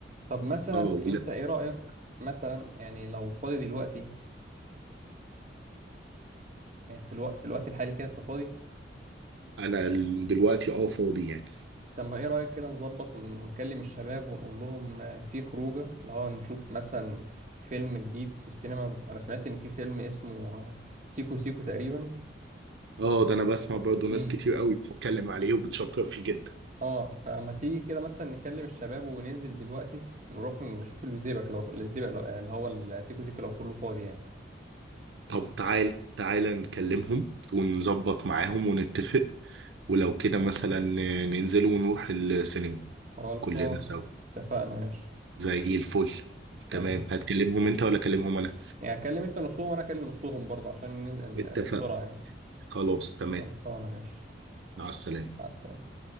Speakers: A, on the right; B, on the right.
A: طب مثلا
B: اه ولا-
A: انت ايه رأيك مثلا يعني لو فاضي دلوقتي يعني في الوقت في الوقت الحالي كده انت فاضي
B: انا ال- دلوقتي اه فاضي يعني
A: طب ما ايه رأيك كده نظبط ون- ونكلم الشباب ونقول لهم آه، في خروجه اللي هو نشوف مثلا فيلم جديد في السينما انا سمعت ان في فيلم اسمه آه، سيكو سيكو تقريبا
B: اه ده انا بسمع برضو
A: امم
B: ناس كتير قوي بتتكلم عليه وبتشكر فيه جدا
A: اه فما تيجي كده مثلا نكلم الشباب وننزل دلوقتي نروح نشوف الزيبق لو الزيبق لو اللي هو السيكو سيكو لو كله فاضي يعني
B: طب تعال تعال نكلمهم ونظبط معاهم ونتفق ولو كده مثلا ننزل ونروح السينما
A: خلصان
B: كلنا سوا
A: اتفقنا ماشي
B: زي الفل
A: تمام
B: تمام هتكلمهم انت ولا اكلمهم انا
A: يعني اكلم انت نصهم وانا اكلم نصهم برضه عشان ننزل
B: اتفقنا
A: بسرعة يعني
B: خلاص تمام
A: خلصانة ماشي
B: مع السلامة
A: مع السلامة